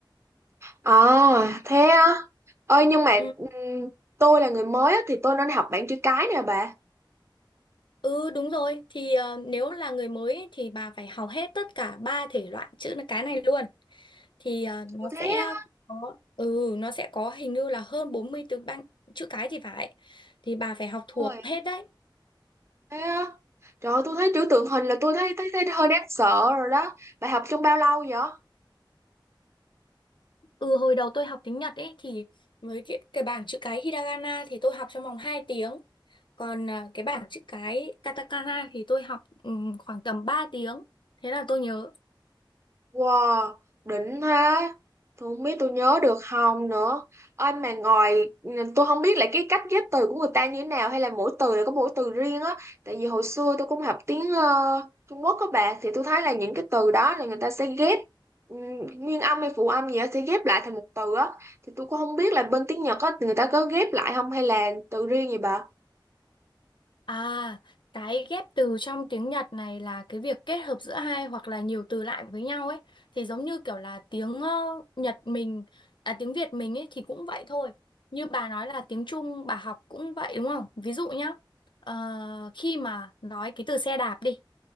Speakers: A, on the right (about 35°); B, on the left (about 70°).
A: à, thế á, ơi nhưng mà
B: ừ,
A: ừ, tôi là người mới á, thì tôi nên học bảng chữ cái nè bà,
B: ừ đúng rồi thì à, nếu là người mới ấy, thì bà phải học hết tất cả ba thể loại chữ cái này luôn thì à, nó
A: kiểu thế
B: sẽ có ừ nó sẽ có hình như là hơn 40 từ ban chữ cái thì phải thì bà phải học thuộc
A: á,
B: hết đấy
A: Thế á? Trời ơi, tôi thấy chữ tượng hình là tôi thấy, thấy thấy hơi đáng sợ rồi đó. Bà học trong bao lâu vậy?
B: Ừ hồi đầu tôi học tiếng Nhật ấy thì với cái, cái bảng chữ cái hiragana thì tôi học trong vòng 2 tiếng. Còn à, cái bảng chữ cái katakana thì tôi học ừm, khoảng tầm 3 tiếng. Thế là tôi nhớ.
A: Wow, đỉnh thế. Tôi không biết tôi nhớ được không nữa. Ơi mà ngoài tôi không biết là cái cách ghép từ của người ta như thế nào hay là mỗi từ là có mỗi từ riêng á. Tại vì hồi xưa tôi cũng học tiếng ờ, Trung Quốc các bạn thì tôi thấy là những cái từ đó là người ta sẽ ghép ừm, nguyên âm hay phụ âm gì đó sẽ ghép lại thành một từ á. Thì tôi cũng không biết là bên tiếng Nhật á người ta có ghép lại không hay là từ riêng gì bà?
B: À, cái ghép từ trong tiếng Nhật này là cái việc kết hợp giữa hai hoặc là nhiều từ lại với nhau ấy. Thì giống như kiểu là tiếng ờ, Nhật mình, à tiếng Việt mình ấy thì cũng vậy thôi. Như bà nói là tiếng Trung bà học cũng vậy đúng không? Ví dụ nhá, ờ, khi mà nói cái từ xe đạp đi